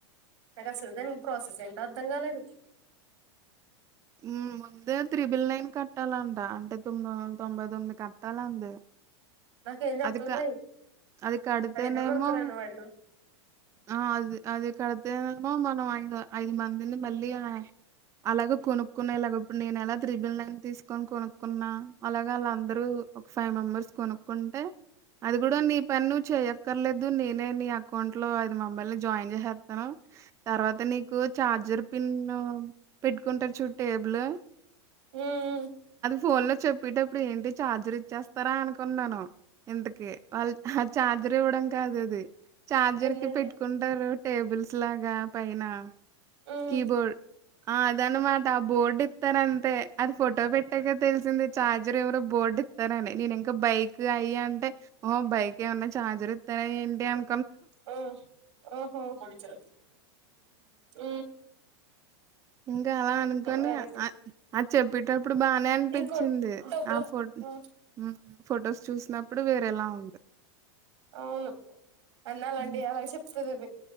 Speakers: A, on the right (about 80°); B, on the right (about 20°).
A: నాకు అసలు దానికి ప్రాసెస్ ఏంటో అర్థం కాలేదు
B: ఉమ్ ముందే త్రిబుల్ నైన్ కట్టాలంట అంటే తొమ్మిది వందల తొంభై తొమ్మిది కట్టాలంది
A: నాకేం చెప్పలేదుయి
B: అది క అది కడితేనేమో
A: అడిదే మునుకురాను వాడిన
B: ఆ అదే అదే కడ మో మనం ఐదు ఐదు మందిని మళ్ళీ అలాగ కొనుక్కున్నా ఇలాగ ఇప్పుడు నేను ఎలా త్రిబిల్ నైన్ తీసుకొని కొనుక్కున్నా అలాగ వాళ్ళందరూ ఒక ఫైవ్ మెంబర్స్ కొనుక్కుంటే అది కూడా నీ పని నువ్వు చెయక్కర్లేదు నేను నే నీ అకౌంట్ ట్లో ఇది మా బల్లి జాయిన్ చేహే ఆ తర్వాత నీకు చార్జర్ పిన్ పెట్టుకుంటారు చూడు టేబులు
A: ఉ ఉ
B: ఫోన్ లో చెప్పేటప్పుడు ఏంటి ఛార్జర్ ఇచ్చేస్తారా అనుకున్నాను ఇంతక వాళ్ళు ఆ ఛార్జర్ ఇవ్వడం కాదు అది ఛార్జర్
A: ఎన్నండి
B: కి పెట్టుకుంటారు టేబుల్స్ లాగా పైన
A: ఉమ్
B: కీబోర్ ఆ అదనమాట బోర్డు ఇత్తరంతే అది ఫోటో పెట్టాక తెలిసింది ఛార్జర్ ఎవరు బోర్డు ఇస్తారని నేను ఇంకా బైక్ అయ అంటే ఓ బైక్ ఏమన్నా ఛార్జర్ తాయి ఇంటేమ్
A: ఆ ఆహ పొడిచెర్రి అది ఉ
B: ఇంగ అలా అనుకోని
A: వెరైటీ
B: ఆ చెప్ పిటప్ ఇప్పుడు బానే అనిపిచింది
A: ఇంకోటి డబ్బులు
B: ఆ ఫో
A: ఆ
B: ఉ ఫొటోస్ చూసినప్పుడు వేరేలా ఉంది
A: అవును అన్నాాలండి
B: హ్మ్.
A: అలా చెప్తది అది